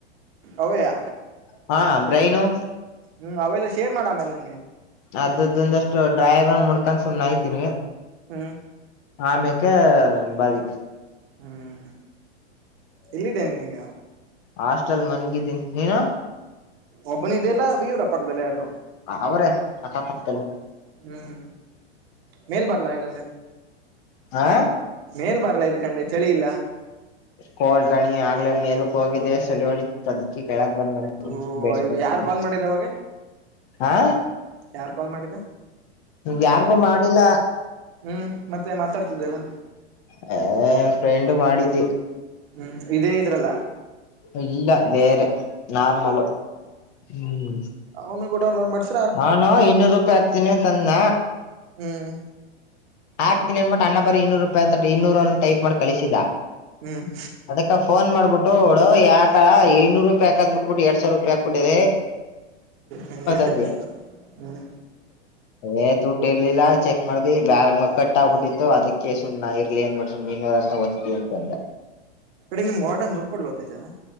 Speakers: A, on the right; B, on the left.
A: ಅವೆಯ.
B: ಹಾ ಬ್ರೈನ್.
A: ಹ್ಮ್ ಅವೆಲ್ಲ ಶೇರ್ ಮಾಡು ಆಮೇಲೆ ನನಗೆ.
B: ಅದ್ರದೊಂದುಅಷ್ಟು ಡ್ರಾಯಾಗ್ರಾಂ ನೋಡ್ಕೊಂಡು ಸುಮನೆ ಐತಿನಿ.
A: ಹ್ಮ್
B: ಅಮೆಕೆ <unintelligible>
A: ಹ್ಮ್ ಹ್ಮ್ ಎಲ್ಲಿದ್ದೇನೆ ನೀನು ಈಗ.
B: ಹಾಸ್ಟೆಲ್ ಮನ್ಗಿದ್ದೀನಿ ನೀನು.
A: ಒಬ್ಬನ ಇದಿಯಾ ಇಲ್ಲ ಇವ್ರ ಪಕ್ಕದಲ್ಲಿ ಯಾರು.
B: ಅವ್ರೇ ಅಕ್ಕಾ ಪಕ್ಕದಲ್ಲಿ
A: ಹ್ಮ್ ಮೇಲ್ ಬರ್ಲ ಇಲ್ಲಾಂದ್ರೆ.
B: ಹ
A: ಮೇಲ್ ಬರ್ಲ ಇದಕಂಡೆ ಚಳಿ ಇಲ್ಲ.
B: ಲೋ ಗಣಿ ಆಗ್ಲೆ ಮೇಲಕ್ ಹೋಗಿದೆ ಸಳಿವಡಿ. ಅದಿಕ್ಕೆ ಕೇಳಕ್ ಬಂದ
A: ಓ
B: ಬೀಡಿಶೀಟ್ ಎತ್ಕೊಂಡು.
A: ಯಾರ್ ಕಾಲ್ ಮಾಡಿದ್ದ ಅವಾಗ
B: ಹಾ
A: ಯಾರ್ ಕಾಲ್ ಮಾಡಿದ್ದ
B: ಯಾರ್ಗು ಮಾಡಿಲ್ಲ.
A: ಹ್ಮ್ ಮತ್ತೆ ಮಾತಾಡ್ತಿದ್ದಲ್ಲ.
B: ಹೇ ಫ್ರೆಂಡ್ ಮಾಡಿದ್ದಿ.
A: ಹ್ಮ್ ಇದೇ ಇದ್ರಲ್ಲ.
B: ಇಲ್ಲ ಬೇರೆ ನಾರ್ಮಲ್ ಹ್ಮ.
A: ಅವ್ನು ಕೂಡ ಮಾಡ್ಸಿ.
B: ನಾನು ಇನ್ನೂರು ರೂಪಾಯಿ ಹಾಕ್ತೀನಿ ಅಂತಂದ.
A: ಹ್ಮ್
B: ಆಗ್ತೀನಿ ಅನ್ನಿಬಿಟ್ಟು ಅಣ್ಣ ಬರಿ ಇನ್ನೂರು ರೂಪಾಯಿ ಅಂತ ಇನ್ನೂರ ಅಂತ ಟೈಪ್ ಮಾಡಿ ಕಳಿಸಿದ.
A: ಹ್ಮ್
B: ಅದಕ್ಕ ಫೋನ್ ಮಾಡಬಿಟ್ಟು ಓಡೋ ಯಾಕ ಐನ್ನೂರು ರೂಪಾಯಿ ಹಾಕೋದು ಬಿಟ್ಟುಬಿಟ್ಟು ಎರಡ್ ಸಾವಿರ ರೂಪಾಯಿ. ಹಾಕಿಬಿಟ್ಟಿದಿ
A: ಹಂಗೆ
B: ಅಂತದಿ.
A: ಹ್ಮ್
B: ಏ ದುಡ್ಡು ಇರ್ಲಿಲ್ಲ ಚೆಕ್ ಮಾಡ್ದಿ ಬ್ಯಾರ. ಕಟ್ ಆಗ್ಬಿಟ್ಟಿತ್ತು ಅದಕ್ಕೆ ಸುಮ್ನ ಇರ್ಲಿ ಅಂತ ಸುಮ್ನೆ ಇನ್ನೂರು ರೂಪಾಯಿ ಒತ್ತಿದ್ದಿ ಅಂತ ಅಂದ.
A: ನಿಮ್ ವಾರ್ಡನ್ ದುಡ್ಡು ಕೊಡಲ್ವಾ <unintelligible>